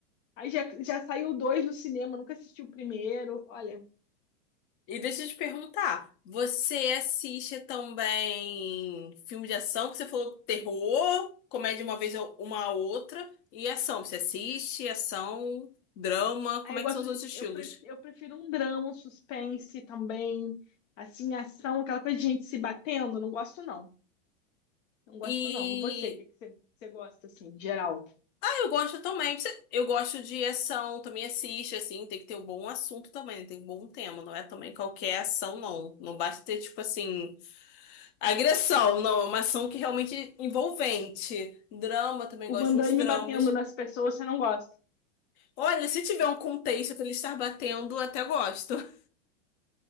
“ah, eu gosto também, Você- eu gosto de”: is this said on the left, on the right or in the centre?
Left